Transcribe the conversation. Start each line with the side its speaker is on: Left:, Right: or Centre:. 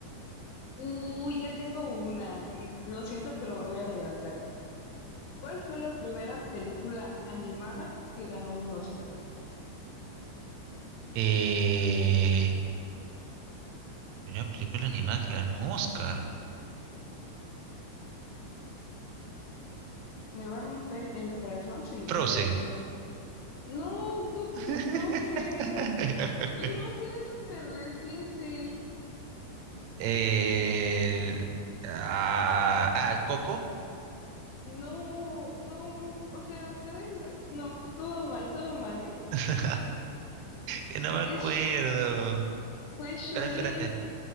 Left: Uy, ya tengo una y lo siento, pero me voy a adelantar. ¿Cuál fue la primera película animada que ganó un Oscar?
Right: Eh, primera película animada que ganó un Oscar.
Left: Me va a romper el corazón si no te
Right: Frozen.
Left: sabes eso. No, ¿cómo
Right: <laughs>
Left: que Frozen? Frozen es súper reciente.
Right: Eh, ah, ah, Coco.
Left: No, no, o sea, fue de la... No, todo mal, todo mal, ¿eh?
Right: <laughs> Que no me
Left: Es,
Right: acuerdo.
Left: fue Shrek.
Right: Pero espérate,